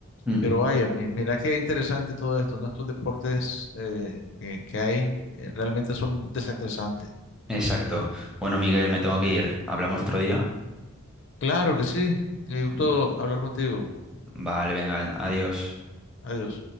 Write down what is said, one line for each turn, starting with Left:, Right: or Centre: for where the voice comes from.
Centre: Mm,
Left: Pero vaya, mi- mira qué interesante todo esto, ¿no? Estos deportes eh, que, que hay eh, realmente son desestresantes.
Centre: Exacto. Bueno, Miguel, me tengo que ir. ¿Hablamos otro día?
Left: Claro que sí, me gustó
Centre: Mm,
Left: hablar contigo.
Centre: Vale, venga, adiós.
Left: Adiós.